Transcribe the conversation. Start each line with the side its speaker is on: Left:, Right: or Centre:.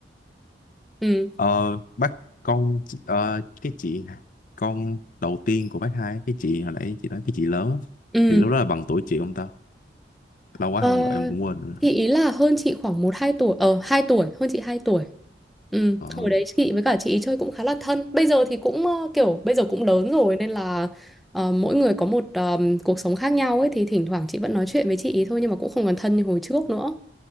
Centre: ừ
Left: ờ, bác con, chị- ờ, cái chị con đầu tiên của bác hai, cái chị hồi nãy chị nói cái chị lớn á,
Centre: ừ
Left: thì lúc đó là bằng tuổi chị ông ta. Lâu quá
Centre: ờ,
Left: không gọi em cũng quên rồi.
Centre: chị ý là hơn chị khoảng một hai tuổi ờ hai tuổi hơn chị hai tuổi Ừ,
Left: Ờ.
Centre: hồi đấy chị với cả chị ý chơi cũng khá là thân. Bây giờ thì cũng ờ, kiểu bây giờ cũng lớn rồi nên là ờ, mỗi người có một ờ, cuộc sống khác nhau ấy thì thỉnh thoảng chị vẫn nói chuyện với chị ý thôi nhưng mà cũng không còn thân như hồi trước nữa.